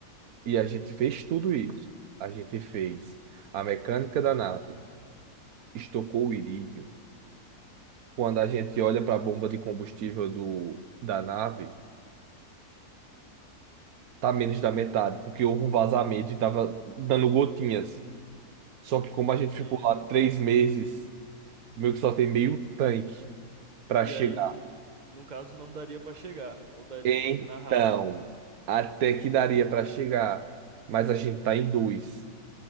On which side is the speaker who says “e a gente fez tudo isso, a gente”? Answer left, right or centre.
Right